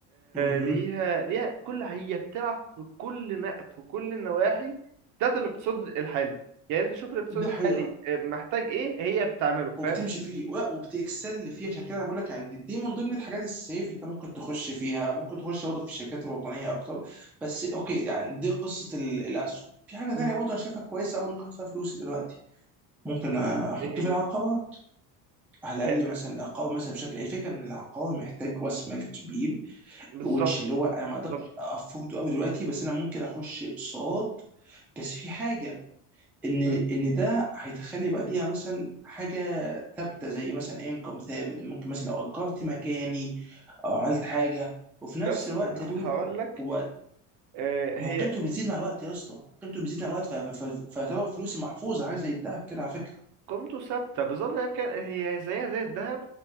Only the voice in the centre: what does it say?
مهم.
دي
حقيقة
وبتمشي
فيه ولا وبتكسل فيه عشان كده انا بقول لك يعني دي دي من ضمن الحاجات السيف انت ممكن تخش فيها ممكن تخش برضه في الشركات الوطنيه اكتر بس اوكي يعني دي قصه ال- الاسهم في حاجه
ثانيه برضه انا شايفها كويسه قوي ممكن احط فيها فلوسي دلوقتي ممكن احط
في العقارات على
الاقل مثلا العقار مثلا بشكل الفكره ان العقار محتاج راس مال كبير
وتش اللي هو انا
ما اقدرش افورده قوي دلوقتي بس انا ممكن اخش اقساط بس في حاجه ان
ان ده هيتخلي بعديها مثلا حاجه ثابته زي مثلا انكم ثابت ممكن مثلا لو اجرت مكاني او عملت حاجه وفي نفس
الوقت يا دود
هو
ما
هو قيمته بتزيد مع الوقت يا اسطى قيمته بتزيد مع الوقت ف- ف- ف- فيعتبر فلوسي محفوظه حاجه زي الذهب كده على فكره